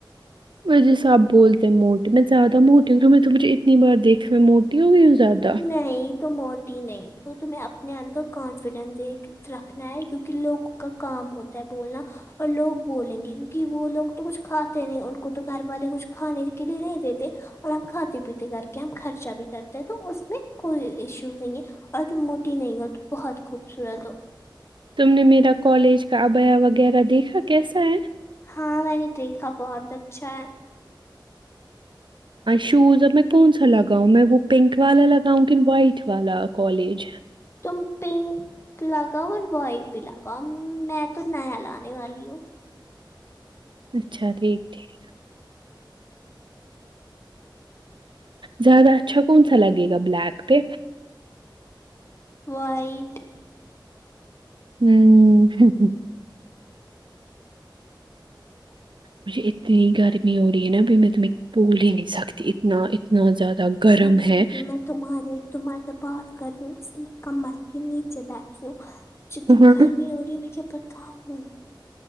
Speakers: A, on the right (about 75°); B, on the left (about 30°).
A: م جی سب بولتے ہیں موٹے میں زیادہ موٹی تم نے تو مجھے اتنی بار دیکھے میں موٹی ہوگئی ہو زیادہ
B: نہیں تم موٹی نہیں وہ تو میں اپنے اندر کانفیڈینس دے رکھنا ہے کیونکہ لوگوں کا کام ہوتا ہے بولنا اور لوگ بولیں گے کیونکہ وہ لوگ تو کچھ کھاتے نہیں ان کو تو گھر والے کچھ کھانے کے لیے نہیں دیتے اور ہم کھاتے پیتے کر کے ہم خرچہ بھی کرتے ہیں تو اس میں کوئی ایشوز نہیں ہے اور تم موٹی نہیں ہو تم بہت خوبصورت ہو
A: تم نے میرا کالج کا ابیا وغیرہ دیکھا کیسا ہے
B: ہاں میں نے دیکھا بہت اچھا ہے
A: شوز اب میں کون سا لگاؤں میں وہ پنک والا لگاؤں کن وائٹ والا کالج
B: تم پنک لگاؤ اور وائٹ بھی لگاؤ میں تو نیا لانے والی ہوں
A: اچھا ٹھیک ٹھیک زیادہ اچھا کون سا لگے گا بلیک پہ
B: وائٹ
A: ہم ہم مجھے اتنی گرمی ہو رہی ہے نا ابی میں تمی بول ہی نہیں سکتی اتنا اتنا زیادہ گرم
B: جی
A: ہے
B: میں تمہاریے تمہارے سے بات کر رہی ہوں نا اس لیے میں کمر کے نیچے بیٹھ وں مجھے اتنی
A: ہاں۔
B: گرمی ہو رہی ہے میں کیا پتا ہوں